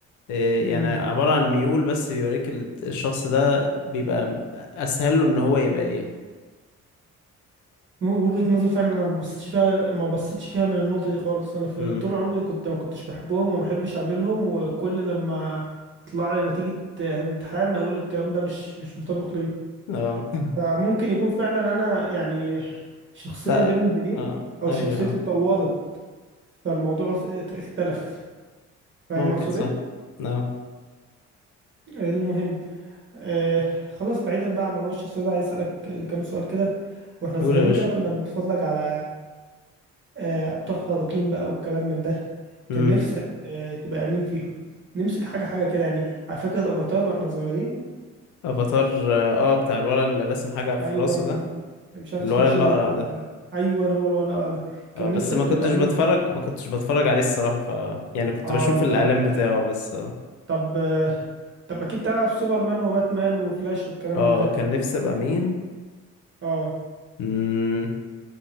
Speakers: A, on the left; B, on the right.
A: آه،
B: امم
A: يعني عبارة عن ميول بس بيوريك ال- الشخص ده بيبقى اسهل له ان هو يبقى ايه
B: وجهة نظر فعلا انا ما بصيتش فيها ما بصيتش فيها من النقطة دي خالص انا في
A: امم
B: طول عمري كنت ما كنتش بحبهم وما بحبش اعملهم وكل لما يطلع لي نتيجة آه، امتحان اقول الكلام ده مش مش مطابق ليا
A: اه <clears throat> <laughs>
B: فممكن يكون فعلا انا يعني شخصية
A: لا
B: بين البنين
A: اه
B: او
A: ايوه
B: شخصيتي اتطورت فالموضوع اس- ات- اختلف فاهم
A: ممكن
B: اقصد
A: صح
B: ايه
A: اه
B: المهم آه خلاص بعيدا بقى عن موضوع الشخصية ده عايز اسالك كام سؤال كده واحنا صغيرين
A: قول يا باشا
B: كده كنا بنتفرج على آه ابطال خارقين بقى والكلام من ده
A: امم
B: كان نفسك آه تبقى مين فيهم نمسك حاجة حاجة كده يعني على فكرة افاتار واحنا صغيرين
A: افاتار اه بتاع الولد اللي رسم حاجة في
B: ايوان
A: راسه ده
B: مش عارف
A: الولد
B: اسمه شينج
A: اللي اقرع
B: ولا
A: ده
B: ايوان هو الولد آه، ده كان
A: اه بس
B: نفسك
A: ما
B: تبقى
A: كنتش
B: مين
A: بتفرج
B: فيهم
A: ما كنتش بتفرج عليه الصراحة ف يعني كنت
B: اه
A: بشوف
B: ما
A: الاعلان
B: تعرفوش
A: بتاعه بس اه
B: طب طب اكيد تعرف سوبرمان وباتمان وفلاش والكلام
A: اه
B: من ده
A: كان نفسي ابقى مين
B: اه
A: امم